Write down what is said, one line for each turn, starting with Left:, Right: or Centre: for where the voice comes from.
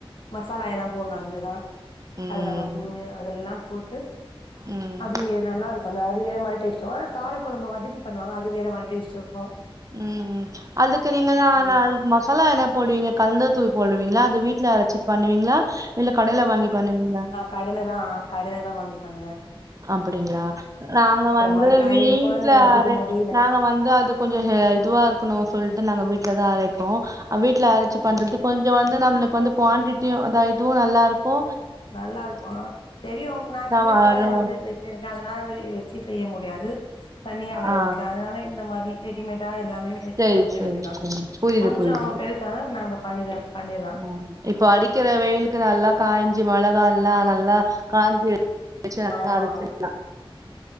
Left: மசாலா எல்லா போண்ணோ அதுலதா
Right: ம்
Left: கலந்த <unintelligible> அதெல்லாம் போட்டு
Right: ம்
Left: அது நல்லா இருக்கோ அந்த அது வேற மாரி டேஸ்ட் சோள கார கொழம்ப வதக்கி பண்ணுவாங்க அது வேற மாரி டேஸ்ட் இருக்கூ
Right: ம் ம் அதுக்கு நீங்க நா
Left: மாரி
Right: மஸ் சாலா என்ன போடுவீங்க கலந்த தூள் போடுவீங்ளா அது வீட்ல அரச்சி பண்ணுவீங்ளா இல்ல கடையில வாங்கி பண்ணுவீங்ளா
Left: கடைல தா கடையில தா வாங்கி பண்ணுவ
Right: அப்படிங்ளா நாங்க வந்து
Left: மாரி டைம்
Right: வீட்ல
Left: கொழந்தைங்கள வச்சுட்டு
Right: அரை
Left: முடியல
Right: நாங்க வந்து அது கொஞ்சோ ஹெ இதுவா இருக்கனோ சொல்ட்டு நாங்க வீட்ல தா அரைக்கோ வீட்ல அரச்சி பண்றது
Left: ம்
Right: கொஞ் சோ வந்து நம்மளுக்கு வந்து குவான்டிட்டியோ அதா இதுவோ நல்லா இருக்கோ
Left: நல்லா இருக்கோ தெரியு நா சின்ன
Right: வரு
Left: கொழந்தைகள வச்சி வெச்சி ருக்கே அதனால வச்சி செய்ய முடியாது தனியாவேர
Right: ஆ
Left: இருக்க அதனால இந்த மாரி ரெடிமேடா எல்லா மே எடுத்து
Right: செரி
Left: பண்ணரித
Right: செரி
Left: வேண்டியதா
Right: செரி புரியுது
Left: கொஞ்சோ
Right: புரியுது
Left: அவுங்க பெருசா நாங்க பண்ண பண்ணிலா
Right: ஆ இப்போ அடிக்கிற வெயிலுக்கு நல்லா காய்ஞ் ஞ்சி மெளகா எல்லா நல்லா காஞ்சி <inaudible> ச்சி நல்லா
Left: ஆமா
Right: அரச்சில்லா
Left: ஆமா